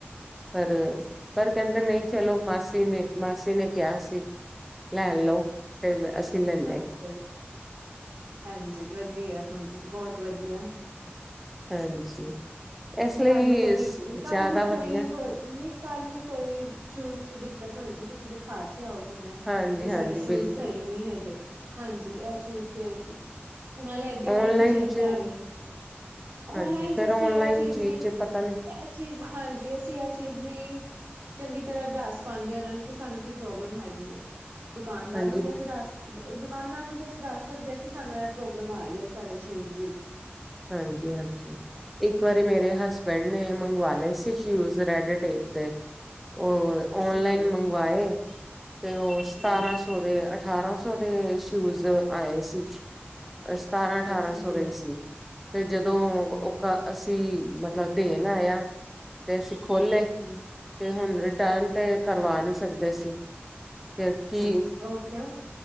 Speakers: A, in the centre; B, on the right.
A: ਪਰ ਪਰ ਕਹਿੰਦੇ ਨਹੀਂ ਚਲੋ ਮਾਸੀ ਨੇ ਮਾਸੀ ਨੇ ਕਿਹਾ ਸੀ ਲੈ ਲਓ ਤੇ ਲੈ ਲਏ
B: ਅੱਛਾ ਜੀ ਹਾਂਜੀ ਵਧੀਆ ਹਾਂ ਬਹੁਤ ਵਧੀਆ
A: ਹਾਂਜੀ ਇਸ ਲਈ
B: ਕੱਲ ਨੂੰ ਕੋਈ ਕੱਲ
A: ਜ਼ਿਆਦਾ
B: ਨੂੰ ਕੋਈ
A: ਵਧੀਆ
B: ਹੋ ਨਹੀਂ ਕੱਲ ਨੂੰ ਕੋਈ ਸ਼ੂਜ ਚ ਦਿੱਕਤ ਹੋਏਗੀ ਤੁਸੀਂ ਦਿਖਾ ਤੇ ਆਓਗੇ ਨਾ
A: ਹਾਂਜੀ
B: ਵੀ ਸਾਡੇ
A: ਹਾਂਜੀ
B: ਸ਼ੂਜ
A: ਬਿਲਕੁਲ
B: ਸਹੀ ਨਹੀਂ ਹੈਗੇ ਹਾਂਜੀ ਇਹ ਚੀਜ਼ ਤੇ ਨਾਲੇ ਐਡੀ ਮਹਿੰਗੀ
A: ਓਨਲਾਈਨ
B: ਚੀਜ਼
A: ਚ
B: ਲੈਣੀ ਹੈ
A: ਹਾਂਜੀ
B: ਓਨਲਾਈਨ ਚ
A: ਫੇਰ
B: ਅਸੀਂ
A: ਓਨਲਾਈਨ
B: ਇਹ ਚੀਜ਼ ਨਹੀਂੀ
A: ਚ ਪਤਾ ਨੀ
B: ਇਹ ਚੀਜ਼ ਹਾਂਜੀ ਅਸੀਂ ਇਹ ਚੀਜ਼ ਨੀ ਚੰਗੀ ਤਰ੍ਹਾਂ ਦੱਸ ਪਾਉਂਦੇ ਹੋ ਉਹਨਾਂ ਨੂੰ ਕਿ ਸਾਨੂੰ ਕੀ ਪ੍ਰੋਬਲਮ ਹੈਗੀ ਦੁਕਾਨਦਾਰ
A: ਹਾਂਜੀ
B: ਨੂੰ ਤੇ ਅਸੀਂ ਦੱਸ ਦੁਕਾਨਦਾਰ ਨੂੰ ਤਾਂ ਅਸੀਂ ਦੱਸ ਸਕਦੇ ਹਾਂ ਕਿ ਸਾਨੂੰ ਇਹ ਪ੍ਰੋਬਲਮ ਆ ਰਹੀ ਹੈ ਸਾਡੇ ਸ਼ੂਜ਼ ਵਿੱਚ
A: ਹਾਂਜੀ ਹਾਂਜੀ ਇੱਕ ਵਾਰੀ ਮੇਰੇ ਹਸਬੈਂਡ ਨੇ ਮੰਗਵਾ ਲਏ ਸੀ ਸ਼ੂਜ ਰੈਡ ਟੇਪ ਦੇ ਉਹ
B: ਅੱਛਾ
A: ਔਨਲਾਈਨ
B: ਜੀ
A: ਮੰਗਵਾਏ ਤੇ ਉਹ ਸਤਾਰਾਂ
B: ਹਮ
A: ਸੌ ਦੇ ਅਠਾਰਾਂ ਸੌ ਦੇ ਸ਼ੂਜ ਆਏ ਸੀ ਸਤਾਰਾਂ ਅਠਾਰਾਂ
B: ਅੱਛਾ
A: ਸੌ
B: ਜੀ
A: ਦੇ ਈ ਸੀ ਤੇ ਜਦੋਂ
B: ਅੱਛਾ ਜੀ
A: ਉਹ ਮਤਲਬ ਦੇਣ ਆਇਆ ਤੇ ਅਸੀਂ ਖੋਲੇ
B: ਹਮ
A: ਤੇ ਹੁਣ ਰਿਟਰਨ ਤੇ ਕਰਵਾ ਨਹੀਂ ਸਕਦੇ ਸੀ ਫਿਰ ਕੀ
B: ਅੱਛਾ ਓਹ ਕਿਉੰ?